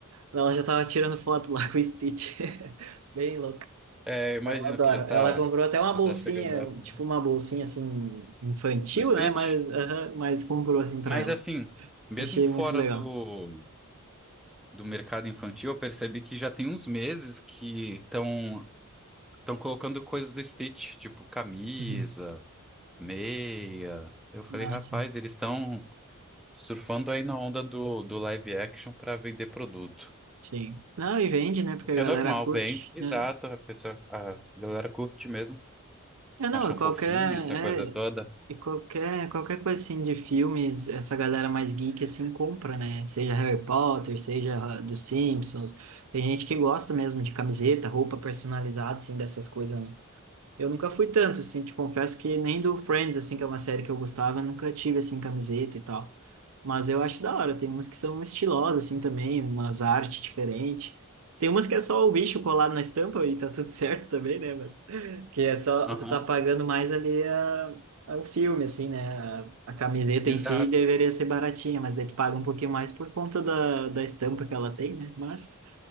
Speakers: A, on the right; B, in the centre.
A: Ela já tava tirando foto lá <laughs> com o Stitch. <laughs> Bem louco.
B: É, eu imagino
A: Ela adora.
B: que já tá.
A: Ela comprou até uma
B: Já
A: bolsinha,
B: tá chegando a época
A: tipo uma bolsinha assim infantil,
B: do Stitch.
A: né? Mas, aham, mas comprou assim pra
B: Mas
A: ela.
B: assim, mesmo
A: Achei
B: fora
A: muito legal.
B: do. do mercado infantil, eu percebi que já tem uns meses que estão estão colocando coisas do Stitch, tipo camisa,
A: Uhum.
B: meia. Eu falei,
A: Ah,
B: rapaz,
A: sim.
B: eles estão surfando aí na onda do, do live action para vender produto.
A: Sim. Não, e vende, né? Porque a galera
B: É normal,
A: curte,
B: vende. Exato,
A: né?
B: a pessoa, a galera curte mesmo,
A: É, não,
B: acham fofinho
A: qualquer,
B: essa coisa toda.
A: é, e qualquer, qualquer coisa assim de filmes, essa galera mais geek assim compra, né? Seja Harry Potter, seja dos Simpsons. Tem gente que gosta mesmo de camiseta, roupa personalizada, assim, dessas coisas, né? Eu nunca fui tanto, assim, te confesso que nem do Friends, assim, que é uma série que eu gostava, nunca tive, assim, camiseta e tal. Mas eu acho da hora, tem umas que são estilosas, assim, também, umas artes diferentes. Tem umas que é só o bicho colado na estampa e tá tudo <laughs> certo também, né? Mas <laughs> que é só,
B: Aham,
A: tu tá pagando mais ali a, a- o filme, assim, né? A, a camiseta
B: exato.
A: em si deveria ser baratinha, mas daí tu paga um pouquinho mais por conta da, da estampa que ela tem, né? Mas...